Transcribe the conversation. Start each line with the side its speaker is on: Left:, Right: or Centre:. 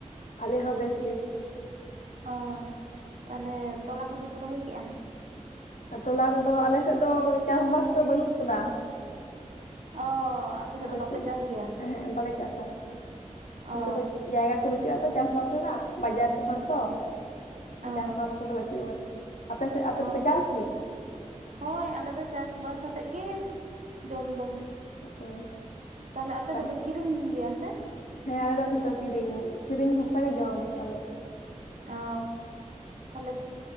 Left: ᱟᱞᱮ ᱦᱚᱸ ᱵᱮᱥ ᱜᱮ
Right: ᱚ ᱛᱟᱦᱚᱞᱮ ᱛᱚᱞᱟ ᱠᱚᱫᱚ ᱯᱮ ᱨᱚᱦᱚᱭ ᱠᱮᱫᱼᱟ
Left: ᱛᱚᱞᱟ ᱠᱚᱫᱚ ᱟᱞᱮ ᱥᱮᱫ ᱫᱚ ᱪᱟᱥ ᱵᱟᱥ ᱫᱚ ᱵᱟᱹᱱᱩᱜ ᱟᱠᱟᱫᱟ
Right: ᱚ ᱥᱮᱫ
Left: ᱟᱞ
Right: ᱫᱚ ᱵᱟᱯᱮ
Left: ᱪᱮᱫ
Right: ᱪᱟᱥ ᱜᱮᱭᱟ
Left: ᱦᱮᱸ ᱵᱟᱞᱮ ᱪᱟᱥᱟ ᱱᱤᱛ
Right: ᱚ
Left: ᱫᱚ ᱡᱟᱭᱜᱟ ᱵᱟᱹᱪᱩᱜ ᱟᱛᱚ ᱪᱟᱥᱵᱟᱥ ᱨᱮᱱᱟᱜ ᱵᱟᱡᱟᱨ ᱨᱮᱱ ᱦᱚᱲ ᱛᱚ
Right: ᱚ
Left: ᱪᱟᱥᱵᱟᱥ ᱠᱚᱫᱚ ᱵᱟᱟᱹᱪᱩᱜ ᱠᱟᱫᱟ ᱟᱯᱮ ᱥᱮᱫ ᱟᱯᱮ ᱫᱚ
Right: ᱚ
Left: ᱯᱮ ᱪᱟᱥ
Right: ᱦᱳᱭ ᱟᱞᱮ ᱫᱚ ᱪᱟᱥ ᱵᱟᱥ ᱟᱛᱮᱫ ᱜᱮ ᱡᱚᱢ ᱫᱚ
Left: ᱚ
Right: ᱛᱟᱦᱞᱮ ᱟᱯᱮ
Left: ᱛᱟᱦᱚᱞᱮ
Right: ᱫᱚ ᱯᱮ ᱠᱤᱨᱤᱧ ᱜᱮᱭᱟ ᱥᱮ
Left: ᱦᱮᱸ ᱟᱞᱮ ᱫᱚ ᱡᱚᱛᱚ ᱠᱤᱨᱤᱧ ᱠᱤᱨᱤᱧ ᱵᱷᱚᱨᱥᱟ ᱜᱮ ᱡᱚᱢ ᱛᱟᱞᱮ
Right: ᱚ ᱛᱟᱦᱚᱞᱮ